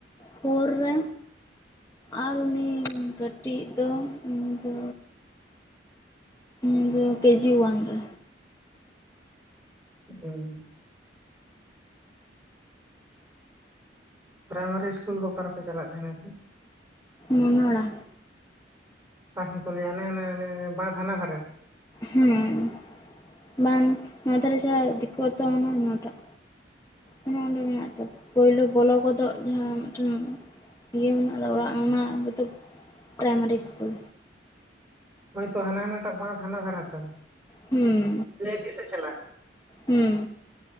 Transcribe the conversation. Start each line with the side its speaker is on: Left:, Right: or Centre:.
Left: ᱯᱷᱳᱨ ᱨᱮ᱾ ᱟᱨ ᱩᱱᱤ ᱠᱟᱹᱴᱤᱡ ᱫᱚ ᱩᱱᱫᱚ ᱩᱱᱤ ᱫᱚ ᱠᱮᱡᱤ ᱳᱣᱟᱱ ᱨᱮ᱾
Right: ᱚᱸ ᱯᱨᱟᱭᱢᱟᱨᱤ ᱤᱥᱠᱩᱞ ᱫᱚ ᱚᱠᱟ ᱨᱮᱯᱮ ᱪᱟᱞᱟᱜ ᱛᱟᱦᱮᱱᱟ ᱟᱯᱮ?
Left: ᱢᱚᱱᱚᱲᱟ
Right: ᱟᱨᱦᱚᱸ ᱠᱚ ᱞᱮᱭᱟ ᱦᱟᱱᱮ ᱦᱟᱱᱮ ᱦᱟᱱᱮ ᱱᱮ ᱵᱟᱸᱫᱷ ᱦᱟᱱᱟ ᱫᱷᱟᱨᱮ᱾
Left: ᱦᱩᱸ ᱵᱟᱝ ᱱᱚᱛᱮ ᱨᱮ ᱡᱟᱦᱟ ᱫᱤᱠᱩ ᱟᱛᱳ ᱢᱮᱱᱟᱜᱼᱟ ᱚᱱᱟᱴᱟᱜ ᱚᱱᱚ ᱚᱸᱰᱮ ᱢᱮᱱᱟᱜ ᱫᱛ ᱯᱳᱭᱞᱳ ᱵᱚᱞᱚ ᱜᱚᱫᱚᱜ ᱡᱟᱦᱟᱸ ᱢᱤᱫ ᱴᱷᱮᱱ ᱤᱭᱟᱹ ᱢᱮᱱᱟᱜ ᱫᱚ ᱚᱲᱟᱜ ᱚᱱᱟ ᱜᱮᱛᱚ ᱯᱨᱟᱭᱢᱟᱨᱤ ᱤᱥᱠᱩᱞ᱾
Right: ᱦᱳᱭᱛᱳ ᱦᱟᱱᱟ ᱦᱟᱱᱟᱴᱟᱜ ᱵᱟᱸᱫᱷ ᱦᱟᱱᱟ ᱫᱷᱟᱨᱮ ᱛᱚ
Left: ᱦᱩᱸ
Right: ᱛᱤᱥᱮ ᱪᱟᱞᱟᱜ
Left: ᱦᱩᱸ